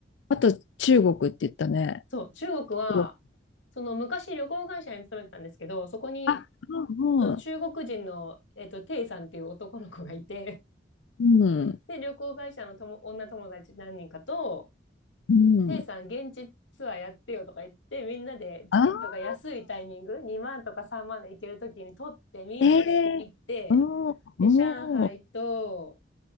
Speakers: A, on the left; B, on the left.
A: あと中国って言ったね。
B: そう、中国は、
A: 中国
B: その昔旅行会社に勤めてたんですけど、そこに
A: あ、うん、
B: と中国人の、えっと、テイさんっていう男の子がいて、
A: うん、
B: <laughs>
A: うん。
B: で、旅行会社のとも女友達何人かと、
A: うん
B: テイさん現地ツアーやってよとか言って、みんなでチケットが安いタイミング、
A: あ
B: 2万とか3万で行けるときに取って、みんなで行って、
A: ー、ええ、うん、うん、
B: で、上海と、
A: う